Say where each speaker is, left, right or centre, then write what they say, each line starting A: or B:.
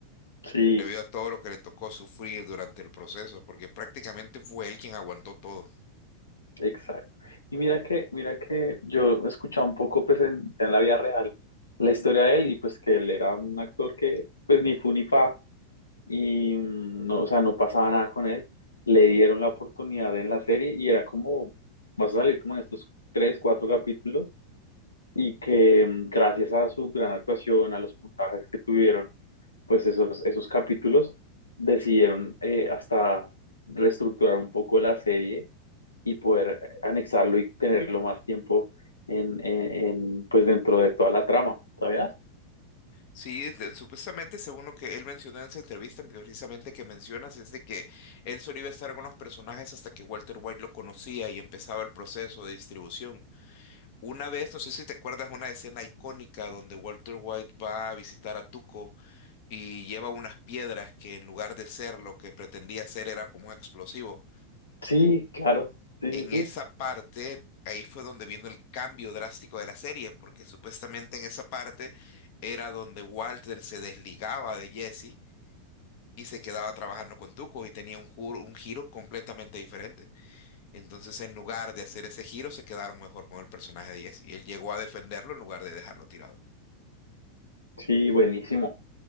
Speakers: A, on the left; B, on the left.
A: Sí,
B: debido a todo lo que le tocó sufrir durante el proceso, porque prácticamente fue él quien aguantó todo.
A: exacto. Y mira que, mira que yo he escuchado un poco, pues, en, en la vida real, la historia de él y pues que él era un actor que, pues, ni fu ni fa y mm, no, o sea, no pasaba nada con él. Le dieron la oportunidad en la serie y era como, vas a salir como en estos tres, cuatro capítulos y que mm, gracias a su gran actuación, a los puntajes que tuvieron, pues esos, esos capítulos decidieron eh, hasta reestructurar un poco la serie y poder anexarlo y tenerlo más tiempo en, en, en, pues dentro de toda la trama, ¿sabías?
B: Sí, de- supuestamente según lo que él mencionó en esa entrevista, precisamente que mencionas, es de que él solo iba a estar con los personajes hasta que Walter White lo conocía y empezaba el proceso de distribución. Una vez, no sé si te acuerdas, una escena icónica donde Walter White va a visitar a Tuco y lleva unas piedras que en lugar de ser lo que pretendía ser era como un explosivo.
A: Sí, claro, sí,
B: En
A: sí, sí,
B: esa parte, ahí fue donde vino el cambio drástico de la serie, porque supuestamente en esa parte era donde Walter se desligaba de Jesse y se quedaba trabajando con Tuco y tenía un, ju- un giro completamente diferente. Entonces, en lugar de hacer ese giro, se quedaron mejor con el personaje de Jesse y él llegó a defenderlo en lugar de dejarlo tirado.
A: sí, buenísimo,